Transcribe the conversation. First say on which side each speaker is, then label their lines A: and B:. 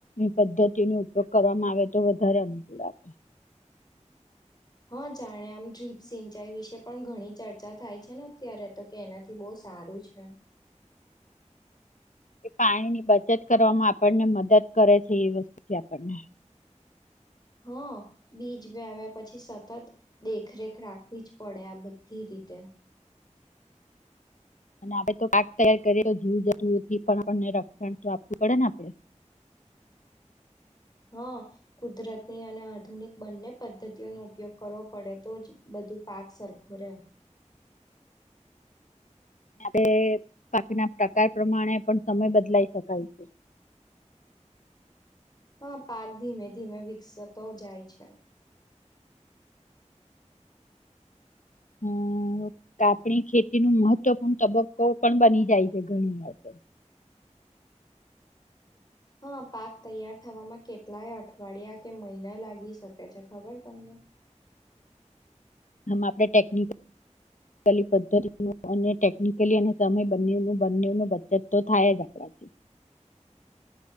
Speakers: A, on the left; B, on the left.
A: પદ્ધતિઓનો ઉપયોગ કરવામાં આવે તો વધારે અનુકૂળ આવે.
B: હા જાણે આમ ડ્રીપ સિંચાઈ વિશે પણ ઘણી ચર્ચા થાય છે ને અત્યારે તો કે એનાથી બહુ સારું છે.
A: એ પાણીની બચત કરવામાં આપણને મદદ કરે છે. એ વસ્તુથી આપણને
B: હા બીજ વ્યાવ્યા પછી સતત દેખરેખ રાખવી જ પડે આ બધી રીતે.
A: અને આપણે તો પાક તૈયાર કરીએ જીવ જતુંથી પણ આપને રક્ષણ તો આપવું પડેને આપડે.
B: હા કુદરતની અને આધુનિક બંને પદ્ધતિઓનો ઉપયોગ કરવો પડે તો જ બધું પાક સરખો રહેે.
A: આપણે બાકીના પ્રકાર પ્રમાણે પણ સમય બદલાય શકાય છે.
B: હા પાક ધીમે ધીમે વિકસતો જાય છે.
A: હમ્મ કાપણી ખેતી ન મહત્વપૂર્ણ તબક્કો પણ બની જાય છે. ઘણી વાર તો.
B: હા પાક તૈયાર થવામાં કેટલાય અઠવાડિયા કે મહિના લાગી શકે છે. ખબર તમને.
A: આમાં આપણે ટેક નિકેલી પદ્ધતિ નુ અને ટેકનિકલી અને સમય બંને નો બચત તો થાય જ આપણાથી.